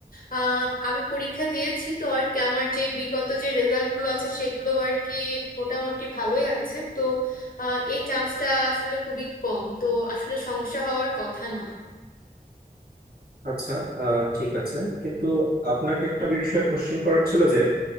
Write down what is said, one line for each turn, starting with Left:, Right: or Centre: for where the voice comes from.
Left: আহ, আমি পরীক্ষা দিয়েছি তো আর কি আমার যে বিগত যে রেজাল্টগুলো আছে সেগুলো আর কি মোটামুটি ভালোই আছে তো আহ, এই চান্সটা আসলে খুবই কম তো আসলে সমস্যা হওয়ার কথা নয়
Right: আচ্ছা আহ, ঠিক আছে কিন্তু আপনাকে একটা বিষয়ে কোশ্চেন করার ছিল যে